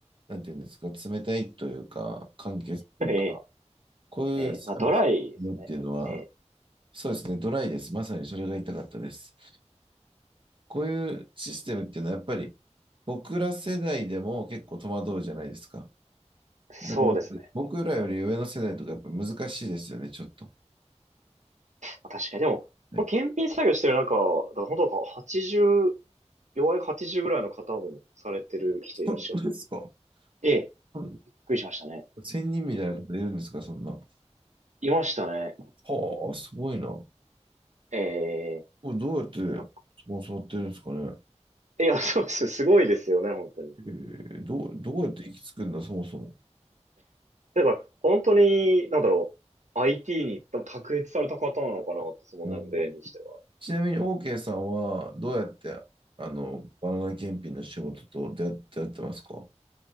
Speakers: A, on the right; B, on the right.
A: う、なんていうんですか、冷たいというか、簡潔というか、
B: ええ、
A: こういうサービスっていうのは、
B: ええまあドライですよね。ええ、
A: そうですね、ドライです。まさにそれが言いたかったです。こういうシステムっていうのは、やっぱり僕ら世代でも結構戸惑うじゃないですか。
B: そうですね。
A: だから、僕らより上の世代とかやっぱ難しいですよね、ちょっと。
B: 確かに。でも、
A: ね。
B: これ検品作業してる中、だから本当なんか、80、弱い80ぐらいの方もされてる人いらっしゃる。
A: 本当ですか
B: ええ、
A: うん
B: びっくりしましたね。
A: 千人みたいな方いるんですか、そんな。は
B: いましたね。
A: あ、すごいな。こ
B: ええ、
A: れどうやってスポンサーやってるんですかね。
B: なんかいや、<laughs> そうです。すごいですよね、本当に。
A: えーどう、どうやって行き着くんだ、そもそも。
B: だから、本当に、なんだろう。IT に多分卓越された方なのかなって、その年齢にして
A: うんちなみに OK さんはどうやってあのバナナ検品の仕事と出会ってやってますか